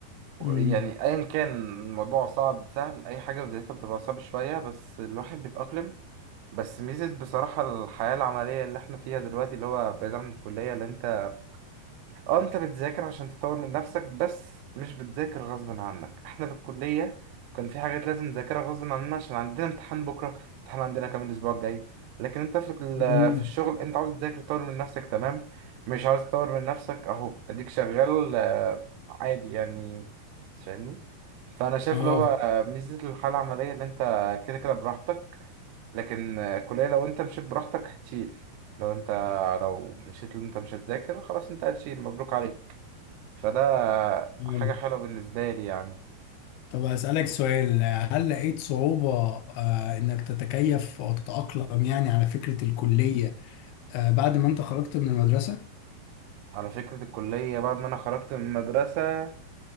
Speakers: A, on the left (about 80°); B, on the right (about 85°).
A: امم
B: يعني ايا كان الموضوع صعب سهل اي حاجه في بدايتها بتبقى صعبه شويه بس الواحد بيتاقلم بس ميزه بصراحه الحياه العمليه اللي احنا فيها دلوقتي اللي هو بعيد عن الكليه اللي انت اه انت بتذاكر عشان تطور من نفسك بس مش بتذاكر غصب عنك احنا في الكلية كان في حاجات لازم نذاكرها غصب عننا عشان عندنا امتحان بكرة امتحان عندنا كمان الاسبوع الجاي لكن انت في ال-
A: امم
B: في الشغل انت عاوز تذاكر تطور من نفسك تمام مش عاوز تطور من نفسك اهو اديك شغال آه، عادي يعني فاهمني فانا شايف
A: اه
B: اللي هو آه، ميزة الحالة العملية اللي انت كده كده براحتك لكن آه، الكلية لو انت مشيت براحتك هتشيل لو انت لو مشيت اللي انت مش هتذاكر خلاص انت هتشيل مبروك عليك فده
A: فهمت.
B: حاجة حلوة بالنسبة لي يعني
A: طب أسألك سؤال هل لقيت صعوبة آه إنك تتكيف أو تتأقلم يعني على فكرة الكلية آه بعد ما أنت خرجت من المدرسة؟
B: على فكرة الكلية بعد ما أنا خرجت من المدرسة